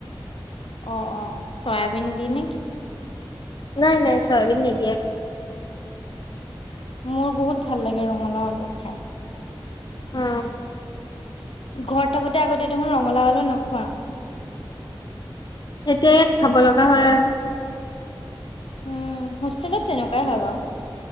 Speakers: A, on the left; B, on the left.
A: অ' অ' চয়াবিন দি নেকি?
B: নাই নাই চয়াবিন নিদিয়াকে।
A: মোৰ বহুত ভাল লাগে ৰঙালাও আলু খায়।
B: অ'
A: ঘৰত থাকোঁ‌তে আগতে দেখোন ৰঙালাও আলু নোখোৱা।
B: এতিয়া ইয়াত খাব লগা হয় আৰু
A: উম হোষ্টেলত তেনেকুৱাই হয় বাৰু